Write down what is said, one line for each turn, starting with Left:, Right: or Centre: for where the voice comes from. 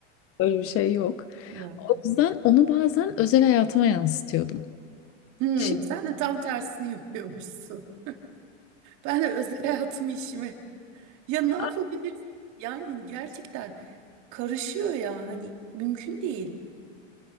Left: böyle bir şey yok.
Right: Ya.
Left: O yüzden onu bazen özel hayatıma yansıtıyordum.
Right: Hmm,
Left: Şimdi
Right: sen de tam tersini yapıyormuşsun. Ben de özel hayatımı işime. Ya ne yapabilirsin?
Left: <laughs>
Right: Yani gerçekten karışıyor ya. Hani mümkün değil.